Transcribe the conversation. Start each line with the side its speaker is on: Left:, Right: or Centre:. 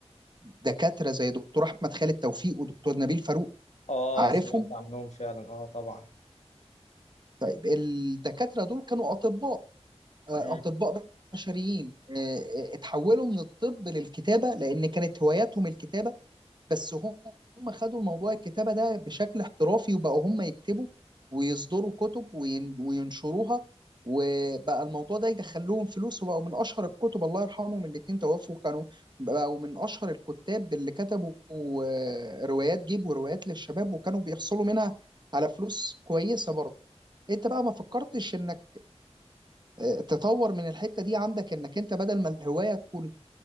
Right: دكاتره زي دكتور احمد خالد توفيق ودكتور نبيل فاروق
Left: اه
Right: عارفهم
Left: سمعت عنهم فعلا اه طبعا
Right: طيب الدكاتره دول كانوا اطباء آه،
Left: مم.
Right: اطباء بشريين آه، آه، اتحولوا من الطب للكتابه لان كانت هواياتهم الكتابه بس هم خدوا الموضوع الكتابة ده بشكل احترافي وبقوا هم يكتبوا ويصدروا كتب وين- وينشروها وبقى الموضوع ده يدخلهم فلوس وبقوا من أشهر الكتب الله يرحمهم الاتنين توفوا كانوا بقوا من أشهر الكتاب اللي كتبوا آه، روايات جيب وروايات للشباب وكانوا بيحصلوا منها على فلوس كويسة برضه انت بقى ما فكرتش انك آه، تطور من الحتة دي عندك انك انت بدل ما الهواية تكون